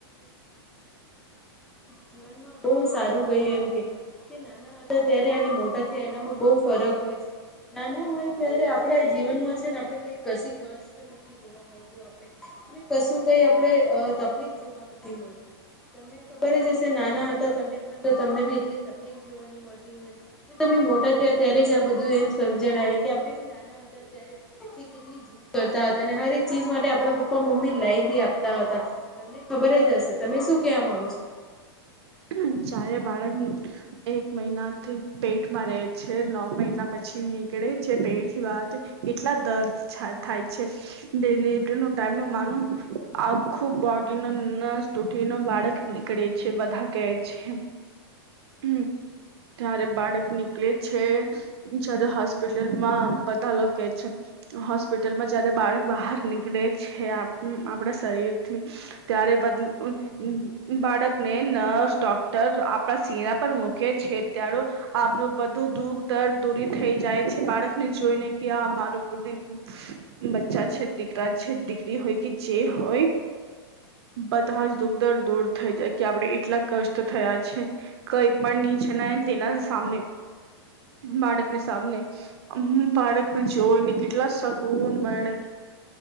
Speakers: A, in the centre; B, on the right (about 70°).
A: જીવનમાં બહુ સારું ગયું એમ કે કે કે નાના હતા ત્યારે અને મોટા થયા એનામાં બહુ ફરક હોય છે. નાના હોય ત્યારે આપડે જીવનમાં છે ને આપડે કઈ <unintelligible> મળતું આપણે અને કશું કઈ આપણે અ તકલીફ જોવા નથી મળતું. તમને ખબર જ હશે નાના હતા તમે પણ તો તમને બી એટલી તકલીફ જોવા ની મળ મળતી હોય તો તમે મોટા થયા ત્યારે જ આ બધું એમ સમજણ આવી કે આપણે જે નાના હતા ત્યારે કે કેટલી જીદ કરતા હતા અને હરે એક ચીજ માટે આપણા પપ્પા મમ્મી લાઈવ બી આપતા હતા. તમને ખબર જ હશે. તમે શું કેવા માંગો છો?
B: હમ ચારે બાળકની એક મહિનાથી પેટમાં રહે છે. નવ મહિના પછી નીકળે છે પેટથી બહાર તો કેટલા દર્દ છા થાય છે. ડેલીનો ટાઈમ નો માનું આખું બોડી નો ન <unintelligible> ન બાળક નીકળે છે બધા કેહે છે એમ. હમ ત્યારે બાળક નીકલે છે. જ્યારે હોસ્પિટલમાં બધા લો કે છે. હોસ્પિટલમાં જયારે બાળક બહાર નીકળે છે. આપ આપણા શરીરથી ત્યારે પછી બાળકને ન ડોક્ટર આપણા સિરા પર મૂકે છે ત્યારો આપણું બધું દુખ દર્દ દૂરી થઈ જાય છે બાળકને જોઈને ક્યા આ મારું બધ બચ્ચા છે, દીકરા છે, દીકરી હોય કે જે હોય. બધા જ દુખદર દૂર થઈ જાય કે આપડે એકલા કષ્ટ થયા છે. કઈ પણ નીચે ના એ તેના સામને બાળકને સામને આમ બાળકને જોઈને કેટલા સકૂન મળે.